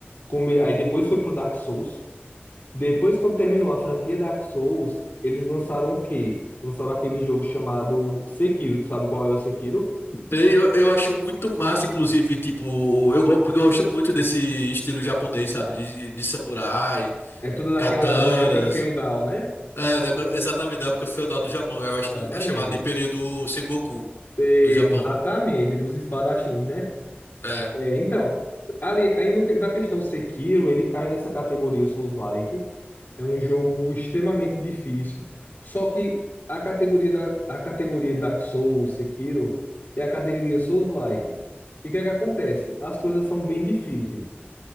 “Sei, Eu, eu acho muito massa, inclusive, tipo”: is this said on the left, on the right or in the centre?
Left